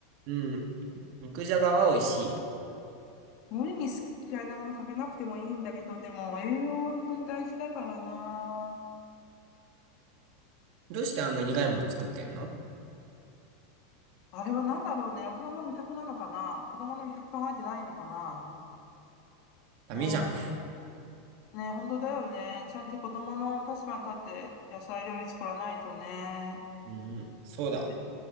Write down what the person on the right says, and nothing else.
うん。肉じゃがは美味しい。
どうしてあんな苦いもの作ってんの
ダメじゃん。
うん、そうだ。